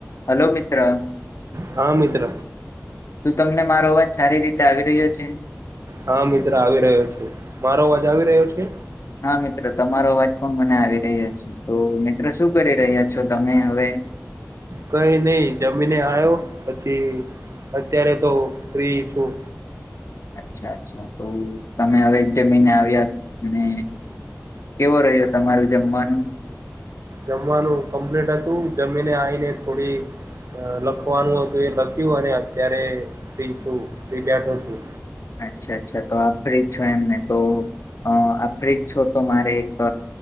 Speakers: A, on the left; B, on the right.
A: Hello મિત્ર.
B: હા મિત્ર
A: શું તમને મારો અવાજ સારી રીતે આવી રહ્યો છે.
B: હા મિત્ર આવી રહ્યો છે મારો અજ આવી રહ્યો છે.
A: હા મિત્રો તમારો અવાજ પણ મને આવી રહ્યા છે તો મિત્રો શું કરી રહ્યા છો તમે હવે.
B: કઈ નહી જમીને આવ્યો પછી અત્યારે તો ફ્રી છું.
A: અચ્છા અચ્છા તો તમે હવે જમીહિને આવ્યા ને કેવો રહ્યો તમારું જમવાનું.
B: જમવાનું કમ્પ્લેટ હતું જમીને આવીને થોડી. લખવાનું હતું એ લખ્યું અને અત્યારે ફ્રી છું ફ્રી બેઠો છું.
A: અચ્છા અચ્છા તો આપ ફ્રી છો એમને તો અ આ ફ્રિજ છો તો મારે એક